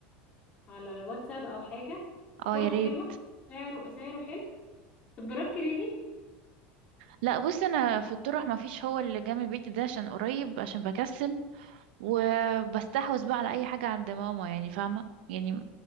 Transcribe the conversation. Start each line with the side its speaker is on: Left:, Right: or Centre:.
Left: على الواتساب او حاجة
Right: اه
Left: طرحه
Right: يا ريت
Left: حلوة سعره سعره حلو طب جربتي ريلي
Right: لا بص انا في الطرح ما فيش هو اللي جنب بيتي ده عشان قريب عشان بكسل وبستحوذ بقى على اي حاجه عند ماما يعني فاهمه يعني